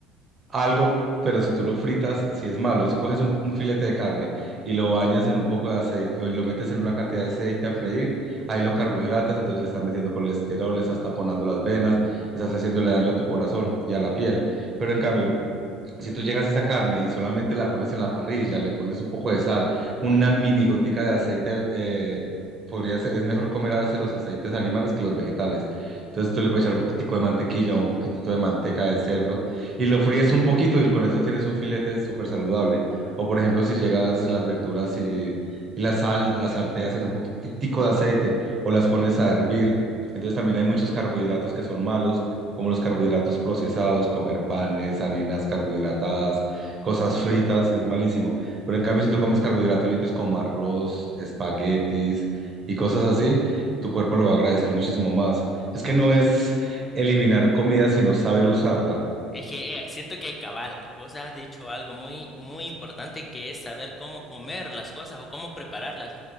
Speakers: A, on the right; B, on the left.
A: algo, pero si tú lo fritas, si es malo. Si coges un, un filete de carne y lo bañas en un poco de aceite o lo metes en una cantidad de aceite a freír, ahí lo carbohidratas, entonces le estás metiendo colesterol, le estás taponando las venas, estás haciéndole daño a tu corazón y a la piel. Pero en cambio, si tú llegas a esa carne y solamente la pones en la parrilla, le pones un poco de sal, una mini gotica de aceite, eh, podría ser, es mejor comer a veces los aceites animales que los vegetales. Entonces tú le puedes echar un poquitico de mantequilla o un poquitito de manteca de cerdo y lo fríes un poquito y con eso tienes un filete súper saludable. O por ejemplo, si llegas las verduras y, y la sal, las salteas en un poquitico de aceite o las pones a hervir. Entonces también hay muchos carbohidratos que son malos como los carbohidratos procesados, comer panes, harinas carbohidratadas, cosas fritas, es malísimo. Pero en cambio, si tú comes carbohidratos limpios como arroz, espaguetis y cosas así, tu cuerpo lo va a agradecer muchísimo más. Es que no es eliminar comida, sino saber usarla.
B: Es que eh, siento que cabal, vos has dicho algo muy, muy importante que es saber cómo comer las cosas o cómo prepararlas,